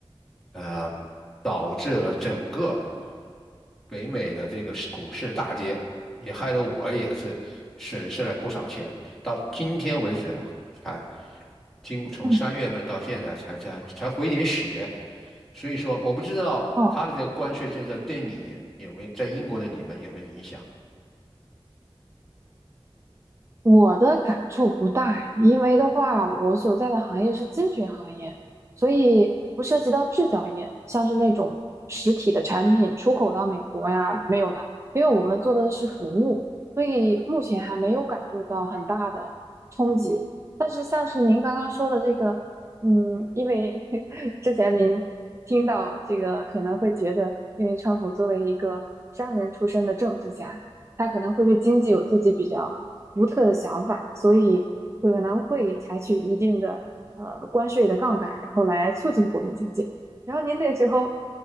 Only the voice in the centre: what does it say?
呃，导致了整个北美的这个股市大跌，也害得我也是损失了不少钱。到今天为止才经从三月份到现在才才才回点血，
所以说我不知道他的这个关税政策对你有没有在英国的你们有没有影响？